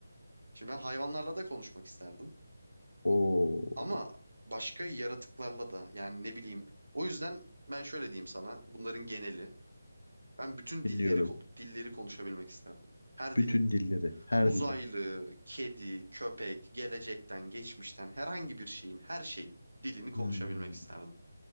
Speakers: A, on the right; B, on the left.
A: Şimdi ben hayvanlarla da konuşmak isterdim.
B: Oo,
A: Ama başka yaratıklarla da yani ne bileyim. O yüzden ben şöyle diyeyim sana bunların geneli. Ben bütün
B: dinliyorum.
A: dilleri ko- dilleri konuşabilmek isterdim. Her
B: Bütün
A: dili.
B: dilleri, her
A: Uzaylı,
B: dili.
A: kedi, köpek, gelecekten, geçmişten herhangi bir şeyin, her şeyin dilini konuşabilmek
B: Hmm,
A: isterdim.